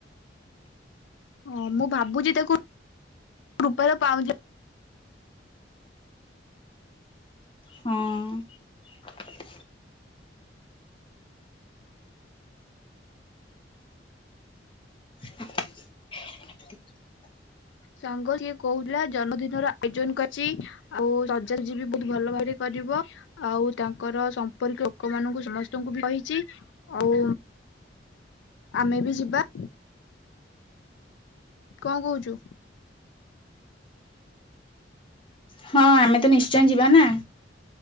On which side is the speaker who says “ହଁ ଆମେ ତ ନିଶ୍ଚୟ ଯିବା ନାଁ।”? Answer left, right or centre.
Left